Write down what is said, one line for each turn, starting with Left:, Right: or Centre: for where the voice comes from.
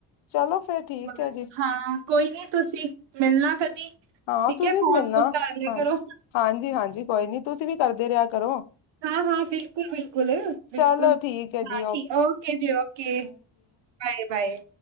Left: ਚਲੋ ਫੇਰ ਠੀਕ
Right: ਬਸ
Left: ਹੈ ਜੀ
Right: ਹਾਂ ਕੋਈ ਨੀ ਤੁਸੀਂ ਮਿਲਣਾ ਕਦੀ।
Left: ਹਾਂ,
Right: ਠੀਕ
Left: ਤੁਸੀਂ
Right: ਹੈ ਫੋਨ
Left: ਵੀ ਮਿਲਣਾ
Right: ਫੋਨ ਕਰ ਲਿਆ
Left: ਹਾਂ
Right: ਕਰੋ
Left: ਹਾਂਜੀ ਹਾਂਜੀ ਕੋਈ ਨੀ ਤੁਸੀਂ ਵੀ ਕਰਦੇ ਰਿਆ ਕਰੋ।
Right: ਹਾਂ ਹਾਂ, ਬਿਲਕੁਲ ਬਿਲਕੁਲ ਬਿਲਕੁਲ
Left: ਚਲੋ
Right: ਹਾਂ
Left: ਠੀਕ ਹੈ ਜੀ
Right: ਠੀਕ ਓਕੇ ਜੀ ਓਕੇ। Bye bye.